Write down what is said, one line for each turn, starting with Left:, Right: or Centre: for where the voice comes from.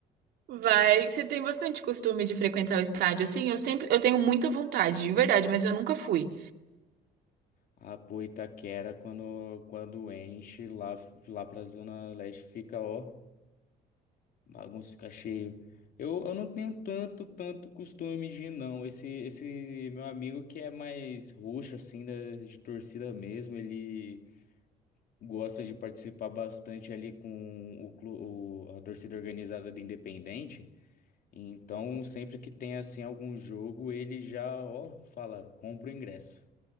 Right: vai. Você tem bastante costume de frequentar o estádio, assim? Eu sempre, eu tenho muita vontade, de verdade, mas eu nunca fui.
Left: A pô, Itaquera, quando, quando enche lá, lá pra Zona Leste, fica, ó. Bagunça fica cheio. Eu, eu não tenho tanto, tanto costume de ir, não. Esse, esse meu amigo que é mais roxo, assim, da, de torcida mesmo, ele gosta de participar bastante ali com o, clu- o- a torcida organizada do Independente. Então, sempre que tem, assim, algum jogo, ele já, ó, fala, compra o ingresso.